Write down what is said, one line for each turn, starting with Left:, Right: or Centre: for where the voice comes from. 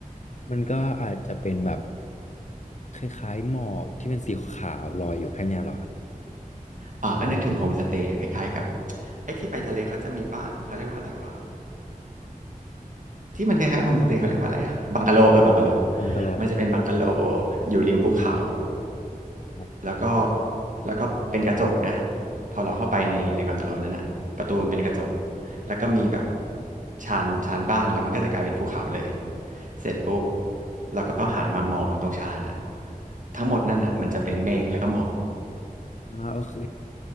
Left: มันก็อาจจะเป็นแบบคล้ายๆหมอกที่เป็นสีขาวๆลอยอยู่แค่เนี้ยเหรอครับ
Right: เอ๋อก็นึกถึงโฮมสเตย์อะคล้ายๆกับไอ้ที่ไปทะเลเขาจะมีบ้านเขาเรียกว่าอะไรวะที่มันคล้ายๆโฮมสเตย์เขาเรียกว่าอะไรอะบังกะโลเออบังกะโล
Left: มันก็ลอง
Right: มันจะเป็นบังกะโลอยู่ริมภูเขา
Left: <laughs>
Right: แล้วก็แล้วก็เป็นกระจกนะพอเราเข้าไปในในบังกะโลนั้นอะประตูมันเป็นกระจกแล้วก็มีแบบชานชานบ้านแล้วมันก็จะกลายเป็นภูเขาเลยเสร็จปุ๊บเราก็หันมามองตรงชานอะทั้งหมดนั่นอะมันจะเป็นเมฆแล้วก็หมอก
Left: อ่าโอเค